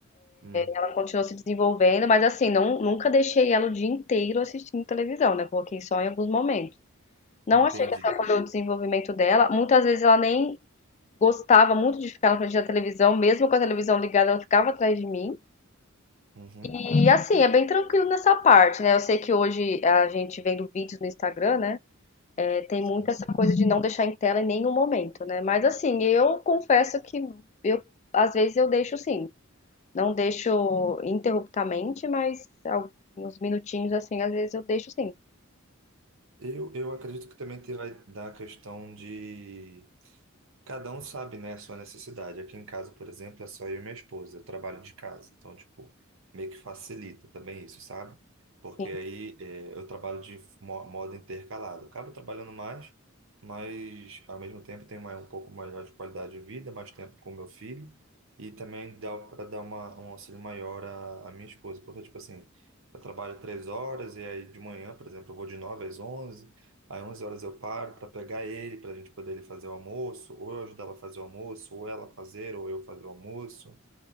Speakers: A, on the right (about 65°); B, on the left (about 30°).
A: Uhum.
B: Ela continuou se desenvolvendo, mas assim, não, nunca deixei ela o dia inteiro assistindo televisão, né? Coloquei só em alguns momentos. Não
A: Entendi.
B: achei que atrapalhou o desenvolvimento dela. Muitas vezes ela nem gostava muito de ficar na frente da televisão, mesmo com a televisão ligada, ela ficava atrás de mim.
A: Uhum.
B: E assim, é bem tranquilo nessa parte, né? Eu sei que hoje a gente vendo vídeos no Instagram, né? É, tem
A: Sim,
B: muito essa
A: sim.
B: coisa de não deixar em tela em nenhum momento, né? Mas assim, eu confesso que eu às vezes eu deixo sim. Não deixo interruptamente, mas alguns minutinhos assim, às vezes eu deixo sim.
A: Eu, eu acredito que também terá da questão de Cada um sabe, né, a sua necessidade. Aqui em casa, por exemplo, é só eu e minha esposa. Eu trabalho de casa. Então, tipo, meio que facilita também isso, sabe? Porque
B: Sim.
A: aí eh, eu trabalho de mo- modo intercalado. Acabo trabalhando mais, mas ao mesmo tempo tenho mais, um pouco maior de qualidade de vida, mais tempo com meu filho. E também dá para dar uma, um auxílio maior à, à minha esposa. Porque, tipo assim, eu trabalho três horas e aí de manhã, por exemplo, eu vou de nove às onze. Aí 11 horas eu paro para pegar ele, para a gente poder ele fazer o almoço, ou eu ajudar ela a fazer o almoço, ou ela fazer, ou eu fazer o almoço.